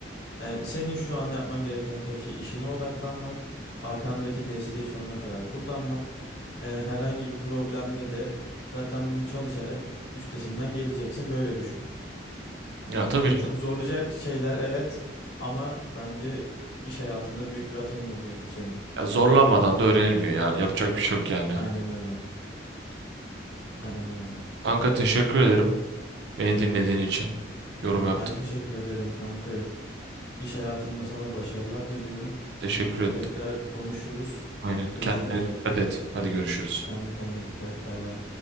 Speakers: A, on the left (about 55°); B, on the right (about 60°).
A: Yani senin şu an yapman gereken tek şey işine odaklanmak, arkandaki desteği sonuna kadar kullanmak. Yani herhangi bir problemde de zaten bunu çalışarak üstesinden geleceksin, böyle düşün.
B: Ya tabii
A: Seni
B: canım,
A: çok zorlayacak şeyler evet ama bence iş hayatında büyük bir atılım olacak bu senin.
B: ya zorlanmadan da öğrenilmiyor ya. Yapacak bir şey yok yani.
A: Aynen öyle. Aynen öyle.
B: Kanka teşekkür ederim. Beni dinlediğin için. Yorum yaptın.
A: Ben teşekkür ederim kanka. İş hayatında sana başarılar diliyorum.
B: Teşekkür ettim.
A: Tekrar konuşuruz.
B: Aynen.
A: Görüşmek
B: Kendine
A: üzere.
B: dikkat et. Hadi görüşürüz.
A: Sen de kendine dikkat et. Bay bay.